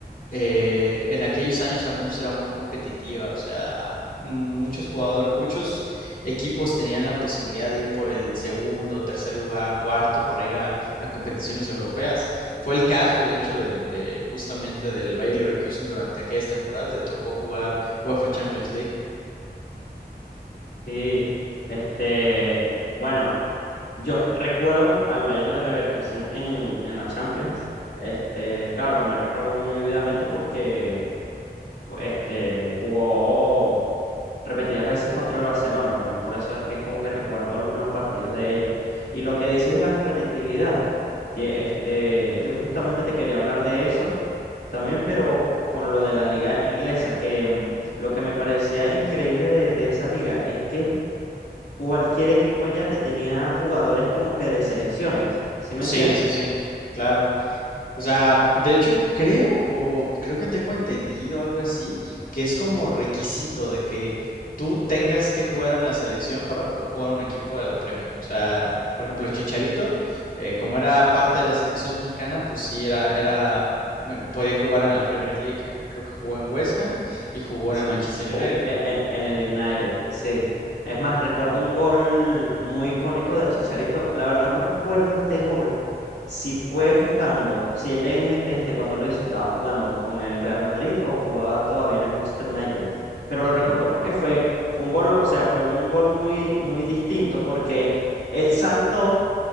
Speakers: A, on the left; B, on the left.
A: eh, en aquellos años al menos era muy competitiva, o sea, muchos jugadores, muchos equipos tenían la posibilidad de ir por el segundo, tercer lugar, cuarto para ir a, a competiciones europeas. Fue el caso, de hecho, de, de justamente del Bayer Leverkusen durante aquellas temporadas, le tocó jugar UEFA Champions League.
B: Sí, este, bueno, yo recuerdo al Bayern de Leverkusen en, en la Champions. Este, claro, también recuerdo muy vividamente porque fu- este, jugó repetidas veces contra el Barcelona también. Por eso es que como que recuerdo l- los partidos de ellos. Y lo que dices de la competitividad, tie- este, yo justamente te quería hablar de eso también, pero co- con lo de la liga inglesa, que mm, lo que me parecía increíble de, de esa liga es que cualquier equipo ya te tenía jugadores como que de selecciones, ¿sí me
A: Sí,
B: entiendes?
A: sí, sí, claro. O sea, de hecho creo o creo que tengo entendido algo así, que es como requisito de que tú tengas que jugar en la selección para poder jugar un equipo de la Premier. O sea, por ejemplo, Chicharito, eh, como era parte de la selección mexicana, pues sí era era eh, podía jugar en la Premier League. en- creo que jugó en West Ham y jugó
B: Sí,
A: en el Manchester United.
B: ju- e- e- en, el United, sí. Es más, recuerdo un gol muy icónico del Chicharito. La verdad no recuerdo este gol, si fue jugando, si él en e, este cuando lo hizo estaba jugando con el Real Madrid o jugaba todavía en el Manchester United. Pero
A: Ujú,
B: lo recuerdo porque fue, fue un gol, o sea, fue un gol muy, muy distinto porque él saltó.